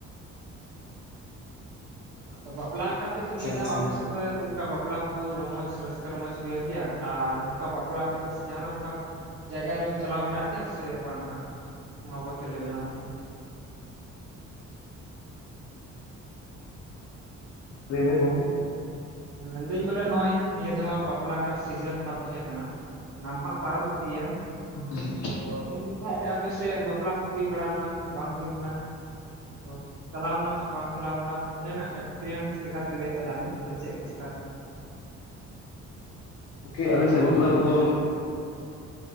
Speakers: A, on the right; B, on the left.
A: ᱟᱫᱚ ᱵᱟᱯᱞᱟ ᱞᱮᱠᱟ ᱞᱮᱠᱟ ᱛᱮᱫᱚ
B: ᱟᱪᱪᱷᱟ
A: ᱱᱤᱭᱟᱹ ᱫᱷᱟᱹᱣ
B: ᱟᱪᱪᱷᱟ
A: ᱟᱯᱮ ᱥᱮᱫ ᱫᱚ ᱪᱮᱫ ᱞᱮᱠᱟ ᱵᱟᱯᱞᱟ ᱠᱚᱦᱚᱸ ᱨᱚᱢᱚᱡᱽ ᱨᱟᱹᱥᱠᱟᱹ ᱨᱚᱢᱚᱡ ᱦᱩᱭᱮᱱ ᱜᱮᱭᱟ ᱟᱨ ᱱᱚᱝᱠᱟ ᱵᱟᱯᱞᱟ ᱠᱚᱨᱮ ᱥᱮ ᱡᱟᱦᱟᱱᱟᱜ ᱚᱱᱠᱟ ᱡᱟᱭᱜᱟ ᱨᱮᱢ ᱪᱟᱞᱟᱣ ᱵᱟᱲᱟᱜ ᱜᱮᱭᱟ ᱥᱮ ᱵᱟᱝ ᱦᱟᱸᱜ ᱱᱚᱣᱟ ᱵᱟᱵᱚᱛ ᱛᱮ ᱞᱟᱹᱭ ᱛᱟᱞᱟᱝ ᱢᱮ ᱦᱟᱸᱜ
B: ᱞᱵ <unintelligible>
A: ᱦᱮᱸ ᱢᱮᱱ ᱫᱟᱹᱧ ᱵᱚᱞᱮ ᱱᱚᱜᱼᱚᱭ ᱱᱤᱭᱟᱹ ᱫᱷᱟᱹᱣ ᱵᱟᱯᱞᱟ ᱨᱮᱱᱟᱜ ᱥᱤᱡᱮᱱ ᱚᱠᱟ ᱛᱟᱦᱮᱸ ᱠᱟᱱᱟ ᱚᱱᱟᱢᱟ ᱦᱟᱸᱜ ᱯᱟᱨᱚᱢ ᱤᱫᱤᱭᱮᱱ ᱾
B: ᱦᱩ <unintelligible>
A: ᱛᱚ ᱩᱱ ᱡᱚᱠᱷᱟᱡ ᱨᱮ ᱟᱯᱮ ᱥᱮᱫ ᱵᱟᱯᱞᱟ ᱠᱚ ᱦᱩᱭ ᱵᱟᱲᱟ ᱞᱮᱱᱟ ᱥᱮ ᱵᱟᱝ ᱦᱩᱭ ᱞᱮᱱᱟ ᱟᱫᱚ ᱪᱟᱞᱟᱣ ᱞᱮᱱᱟᱢ ᱵᱟᱢ ᱪᱟᱞᱟᱣ ᱞᱮᱱᱟ ᱚᱸᱰᱮᱱᱟᱜ ᱮᱠᱥᱯᱮᱨᱤᱭᱮᱱᱥ ᱞᱮᱠᱟ ᱛᱮ ᱞᱟᱹᱭ ᱛᱟᱞᱟᱝ ᱢᱮ ᱵᱚᱞᱮ ᱪᱮᱫ ᱠᱚ ᱪᱮᱠᱟ ᱞᱮᱱᱟ?
B: ᱜᱚᱝᱠᱮ ᱟᱞᱮ ᱥᱮᱫ ᱵᱟᱯᱞᱟ ᱠᱚᱫᱚ